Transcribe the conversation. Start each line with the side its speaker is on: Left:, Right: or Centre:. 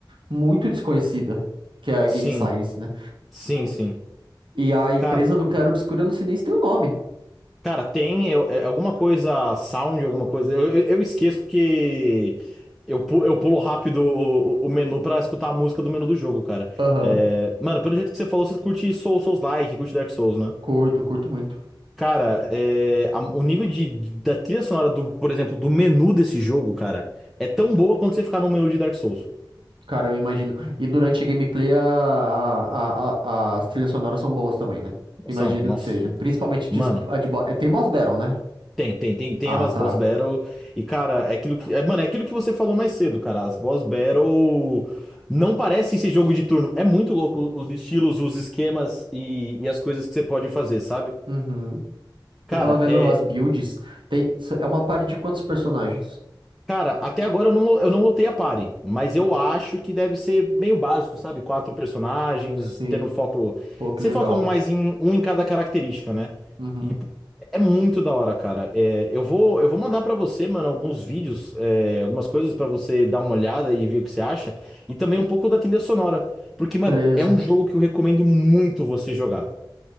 Right: muito desconhecida, que é a Game
Centre: sim.
Right: Science, né?
Centre: Sim, sim.
Right: E a empresa
Centre: Cara.
Right: do Claro Obscuro, eu não sei nem se tem o nome.
Centre: Cara, tem eu- é, alguma coisa, sound, alguma coisa. Eu, eu- eu esqueço porque eu, pu- eu pulo rápido o, o menu pra escutar a música do menu do jogo, cara.
Right: Aham.
Centre: É, mano, pelo jeito que você falou, você curte Souls, Souls-like, curte Dark Souls, né?
Right: Curto, curto muito.
Centre: Cara, é, a- o nível de, da trilha sonora, do, por exemplo, do menu desse jogo, cara, é tão boa quanto você ficar num menu de Dark Souls.
Right: Cara, eu imagino. E durante a gameplay a, a- a- a- as trilhas sonoras são boas também, né?
Centre: Nossa,
Right: Imagino
Centre: nossa.
Right: que seja. Principalmente de,
Centre: Mano.
Right: a de bo- é, Tem boss battle, né?
Centre: Tem, tem, tem, tem
Right: Ah,
Centre: umas
Right: tá.
Centre: boss battle. E, cara, é aquilo que. É, mano, é aquilo que você falou mais cedo, cara. As boss battle não parece esse jogo de turno. É muito louco os estilos, os esquemas e, e as coisas que você pode fazer, sabe?
Right: Uhum.
Centre: Cara,
Right: Eu tava vendo
Centre: é.
Right: as builds. Tem... É uma party de quantos personagens?
Centre: Cara, até agora eu não, eu não lotei a party, mas eu acho que deve ser meio básico, sabe? Quatro personagens,
Right: Sim.
Centre: tendo foco.
Right: Pô, que
Centre: Você
Right: legal.
Centre: foca um mais em um em cada característica, né?
Right: Uhum.
Centre: E pô, é muito da hora, cara. É, eu vou, eu vou mandar pra você, mano, alguns vídeos, é, algumas coisas pra você dar uma olhada e ver o que você acha, e também um pouco da trilha sonora, porque, mano,
Right: Beleza.
Centre: é um jogo que eu recomendo muito você jogar.